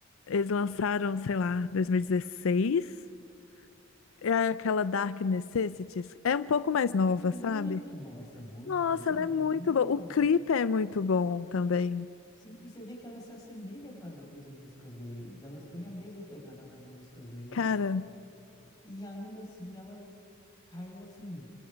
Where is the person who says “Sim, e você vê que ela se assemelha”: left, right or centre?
Left